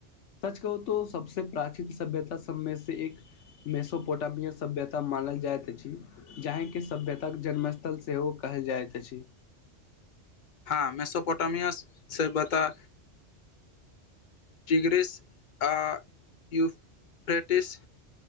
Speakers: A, on the left (about 80°); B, on the left (about 55°).
A: सच कहू तो सबसँ प्राचीन सभ्यता सबमे से एक मेसोपोटामिय सभ्यता मानल जाइत अछि जाहिके सभ्यताक जन्मस्थल सेहो कहल जाइत अछि
B: हँ मेसोपोटामियस से बता टिग्रस आ यूफ्रेटस